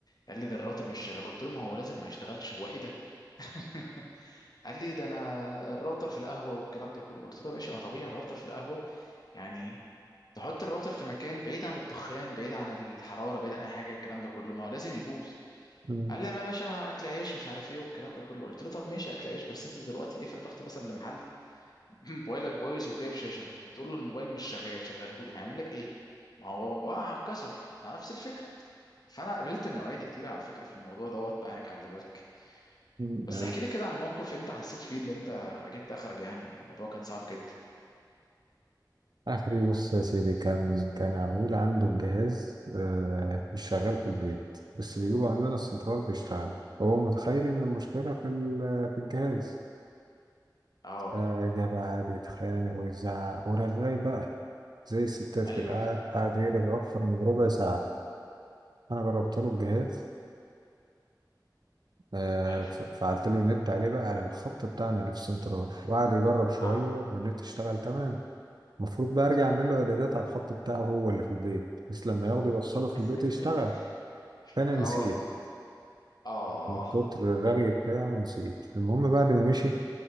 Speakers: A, on the left; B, on the right.
A: قال لي ده الراوتر مش شغال قلت له ما هو لازم ما يشتغلش هو ايه ده <laughs> قال لي ده انا الراوتر في القهوه والكلام ده كله قلت له يا باشا ما طبيعي الراوتر في القهوه يعني تحط الراوتر في مكان بعيد عن الدخان بعيد عن الحراره بعيد عن اي حاجه الكلام ده كله ما هو لازم يبوظ
B: مم. مم.
A: قال لي ما يا باشا ما اكل عيش ومش عارف ايه والكلام ده كله قلت له طب ماشي اكل عيش بس انت دلوقتي افرض رحت مثلا لمحل <laughs> موبايلك بايظ وجايب شاشه بتقول له الموبايل مش شغال شغله لي هيعمل لك ايه ما هو وقع اتكسر ده نفس الفكره فانا قابلت النوعيه دي كتير على فكره في الموضوع دوت بقى خلي بالك
B: مم.
A: بس احكي لي كده عن موقف انت حسيت فيه ان انت جبت اخرج يعني والموضوع كان صعب جدا
B: اخري بص يا سيدي كان كان عميل عنده الجهاز آه مش شغال في البيت بس بيجيبوا عندنا السنترال بيشتغل هو متخيل ان المشكله في ال- في الجهاز
A: اه
B: آه جاب قعد يتخانق ويزعق ورغاي بقى زي الستات
A: ايوه
B: كده قع-
A: ايوه
B: قعد يرغي اكتر من ربع ساعه انا جربت له الجهاز آه
A: حلو
B: ف- فعلت له النت عليه بقى على الخط بتاعنا اللي في السنترال وقعد يجرب شويه
A: عم.
B: والنت اشتغل تمام المفروض بقى ارجع اعمل له اعدادات على الخط بتاعه هو اللي في البيت بحيث لما ياخده يوصله في البيت
A: <laughs>
B: يشتغل فانا
A: اه
B: نسيت
A: اه
B: من كتر الرغي بتاعه نسيت المهم بعد ما مشي